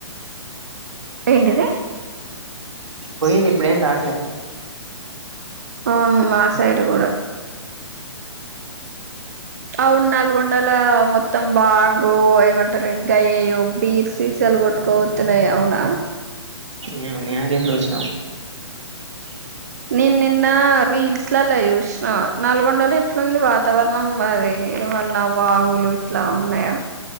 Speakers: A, on the right; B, on the right.
A: ఏంటిది
B: పోయింది ఇప్పుడు ఏం రాట్లే
A: అవును మాసైడు కూడ అవును నల్గొండలో మొత్తం బాగు ఏమంటారు గయ బీర్ సీస్ లు కొట్టకపోతున్నాయి అవునా
B: ఏ ఉనియకే వెస <unintelligible>
A: నేను నిన్న రీల్స్ లల్లో చూసిన నలుగొండ లొ ఎట్లుంది వాతావరణం అది ఏమన్నా వాగులు ఇట్లా ఉన్నాయా